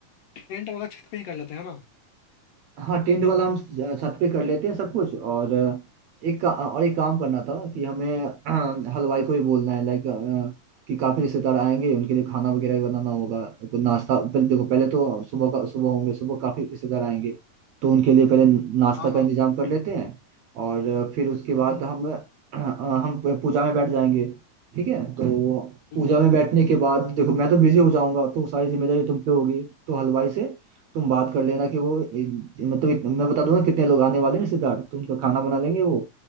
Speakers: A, on the left; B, on the right.
A: टेंट वगैरह छत पे ही कर लेते हैं ना
B: हाँ टेंट वाला हम छत पे कर लेते हैं सब कुछ और एक का- और एक काम करना था कि हमें अ, हलवाई को भी बोलना है लाइक कि काफी रिश्तेदार आएंगे उनके लिए खाना वगैरह भी बनाना होगा कोई नाश्ता पहले देखो पहले तो सुबह का सुबह होंगे सुबह काफी रिश्तेदार आएंगे तो उनके लिए पहले नाश्ता
A: हाँ
B: का
A: हाँ
B: इंतजाम कर लेते हैं और अ, फिर उसके बाद
A: हम्म
B: हम अ, हम पूजा में बैठ जाएंगे ठीक है तो
A: बिल्कुल
B: पूजा में बैठने के बाद देखो मैं तो बिजी हो जाऊंगा तो सारी जिम्मेदारी तुम पे होगी तो हलवाई से तुम बात कर लेना कि वो ए- मतलब इत- मैं बता दूंगा कितने लोग आने वाले हैं रिश्तेदार तो उनका खाना बना लेंगे वो